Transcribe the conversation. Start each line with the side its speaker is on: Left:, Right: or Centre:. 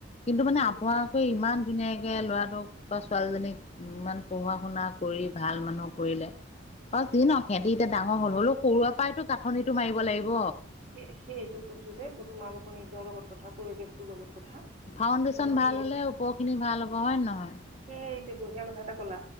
Left: কিন্তু মানে
Right: উম।
Left: আপোনাৰ ইমান ধুনীয়াকৈ ল'ৰাটোক বা ছোৱালীজনীক ইমান পঢ়া শুনাক কৰি ভাল মানুহ কৰিলে বাৰু যি নহক হেতি এতিয়া ডাঙৰ হল হলো সৰুৰে পৰাইতো কাঠনিটো মাৰিব লাগিব।
Right: সে সেইটো কৈছো যে তোমালোকৰ নিজৰ লগত কথা, পৰিৱেশটোৰ লগত কথা।
Left: ফাউণ্ডেশ্যন
Right: তোমালোকে
Left: ভাল হ'লে ওপৰ খিনি ভাল হ'ব হয় নে নহয়।
Right: সেই এইটো বঢ়িয়া কথা এটা কলা।